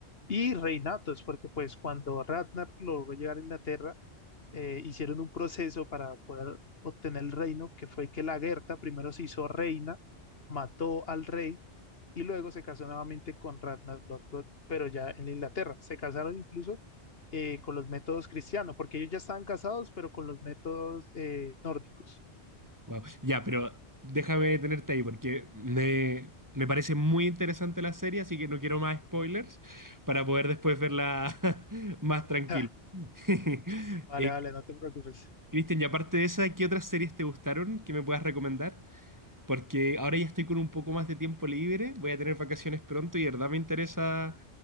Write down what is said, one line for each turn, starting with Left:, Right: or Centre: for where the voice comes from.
Left: y reinatos, porque pues cuando Ragnar logró llegar a Inglaterra, eh, hicieron un proceso para poder obtener el reino, que fue que la Gerta primero se hizo reina, mató al rey y luego se casó nuevamente con Ragnar Lothbrok, pero ya en Inglaterra. Se casaron incluso eh, con los métodos cristianos, porque ellos ya estaban casados, pero con los métodos eh, nórdicos. <laughs>
Right: Wow. Ya, pero déjame tenerte ahí porque me, me parece muy interesante la serie, así que no quiero más spoilers para poder después verla <laughs> más tranquilo.
Left: Ja,
Right: <laughs>
Left: Vale,
Right: Eh,
Left: vale, no te preocupes.
Right: Cristian, y aparte de esa, ¿qué otras series te gustaron que me puedas recomendar? Porque ahora ya estoy con un poco más de tiempo libre, voy a tener vacaciones pronto y de verdad me interesa